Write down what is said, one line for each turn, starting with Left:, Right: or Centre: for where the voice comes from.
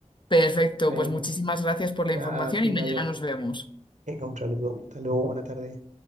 Left: Perfecto,
Right: Venga,
Left: pues muchísimas gracias por la
Right: nada,
Left: información
Right: Tina
Left: y mañana
Right: y ahora
Left: nos vemos.
Right: Venga, un saludo. Hasta luego, buena tarde.